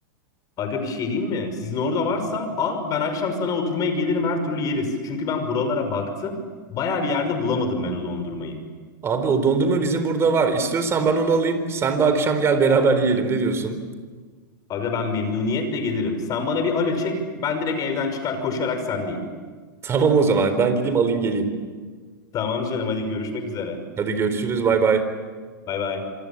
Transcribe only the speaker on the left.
Aga bir şey diyeyim mi? Sizin orada varsa al. Ben akşam sana oturmaya gelirim her türlü yeriz. Çünkü ben buralara baktım. Baya bir yerde bulamadım ben o dondurmayı.
Aga ben memnuniyetle gelirim. Sen bana bir alo çek. Ben direkt evden çıkar koşarak sendeyim.
Tamam canım hadi görüşmek üzere.
Bay bay.